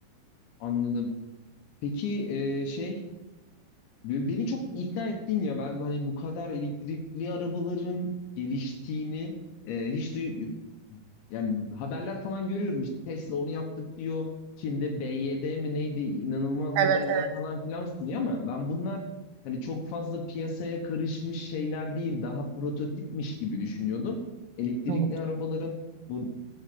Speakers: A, on the left; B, on the right.
A: Anladım. Peki e, şey be- beni çok ikna ettin ya ben hani bu kadar elektrikli arabaların geliştiğini e, hiç duy yani haberler falan görüyorum işte Tesla onu yaptık diyor. Çin'de BYD mi neydi inanılmaz modeller
B: Evet, evet.
A: falan filan sunuyor ama ben bunlar hani çok fazla piyasaya karışmış şeyler değil daha prototipmiş gibi düşünüyordum. Elektrikli
B: Yok.
A: arabaların bu